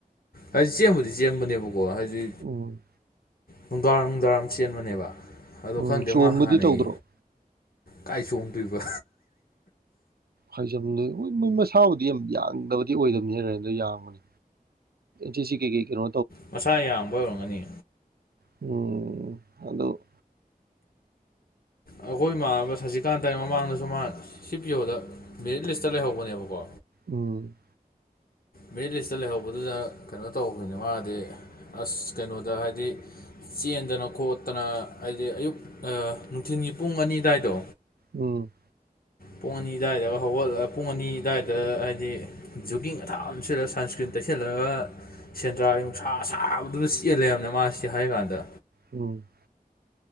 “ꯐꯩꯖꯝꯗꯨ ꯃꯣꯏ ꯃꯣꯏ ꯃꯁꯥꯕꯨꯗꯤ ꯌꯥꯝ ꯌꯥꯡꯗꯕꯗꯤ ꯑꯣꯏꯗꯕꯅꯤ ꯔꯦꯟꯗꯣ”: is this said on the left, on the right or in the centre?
Right